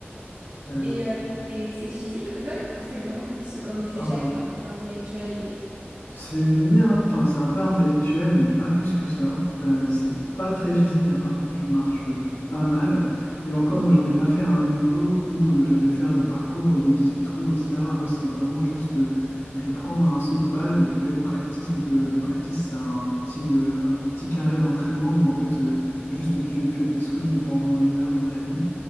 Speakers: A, on the left; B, on the right.
A: Euh,
B: Et euh, c'est c'est physique le golf ou c'est vraiment plus euh, comme les
A: oh,
B: échecs, enfin très intellectuel et...
A: c'est ni un- enfin, c'est un peu intellectuel, mais pas plus que ça. Euh, c'est pas très physique, à part que tu marches pas mal. Et encore,
B: Oui.
A: moi, j'en ai pas fait à un niveau où euh, j'allais faire des parcours de 18 trous, etc. Moi, c'était vraiment juste, euh, je prends un saut de balle, je vais au practice. Donc, le, le practice, c'est un petit, euh, un petit carré d'entraînement où, en fait, euh, juste tu fais des swings pendant une heure, une heure et demie.